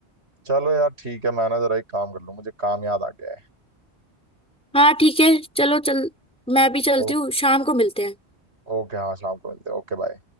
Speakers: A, on the right; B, in the centre.
A: चलो यार ठीक है मैं ना जरा एक काम कर लूँ मुझे काम याद आ गया
B: हाँ ठीक है चलो चल मैं भी चलती
A: है
B: हूँ शाम को मिलते हैं
A: ओके हाँ शाम को मिलते हैं Okay bye